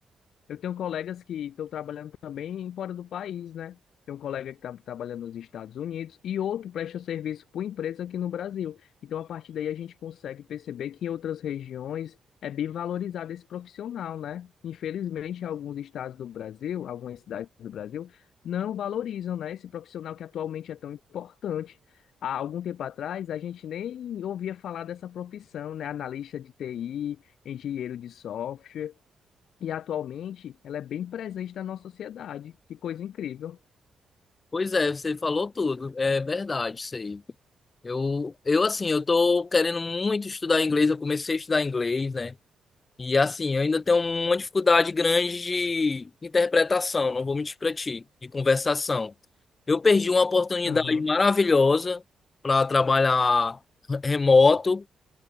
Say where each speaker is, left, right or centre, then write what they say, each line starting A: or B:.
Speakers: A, on the left; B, on the left.
A: Eu tenho colegas que estão trabalhando também fora do país, né? Tem um colega que está trabalhando nos Estados Unidos e outro presta serviço por empresa aqui no Brasil. Então, a partir daí, a gente consegue perceber que em outras regiões é bem valorizado esse profissional, né? Infelizmente, alguns estados do Brasil, algumas cidades do Brasil, não valorizam, né, esse profissional que atualmente é tão importante. Há algum tempo atrás, a gente nem ouvia falar dessa profissão, né? Analista de TI, engenheiro de software. E atualmente ela é bem presente na nossa sociedade. Que coisa incrível.
B: Pois é, você falou tudo. É verdade isso aí. Eu, eu assim, eu tô querendo muito estudar inglês. Eu comecei a estudar inglês, né? E assim, eu ainda tenho uma dificuldade grande de interpretação, não vou mentir para ti, de conversação. Eu perdi uma oportunidade
A: Aham,
B: maravilhosa para trabalhar remoto